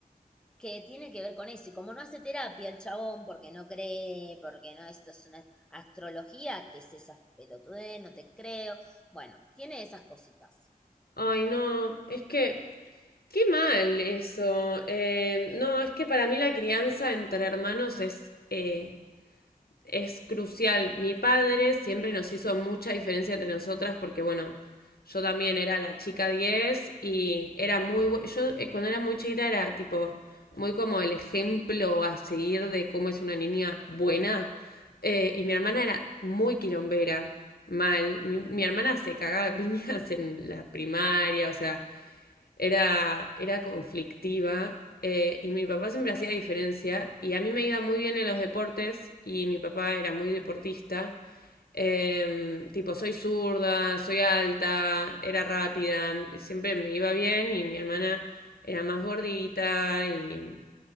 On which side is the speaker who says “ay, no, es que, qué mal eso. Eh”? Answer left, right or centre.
Left